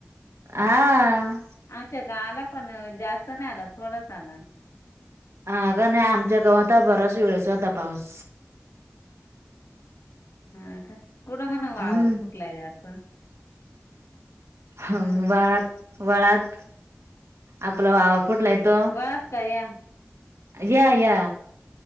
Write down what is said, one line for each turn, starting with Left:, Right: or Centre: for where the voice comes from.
Right: हां.
Left: आमच्या क आला पण जास्त नाही आला थोडाच आला.
Right: हां का नाही आमच्या गावत बराच वेळेस होता पाऊस.
Left: हां का कुठं म्हण वावर
Right: हम्म
Left: फुटलाय जास्त.
Right: हं
Left: ह
Right: वाळात वाळात आपला वावार फुटलाय. तो
Left: वात काया
Right: या या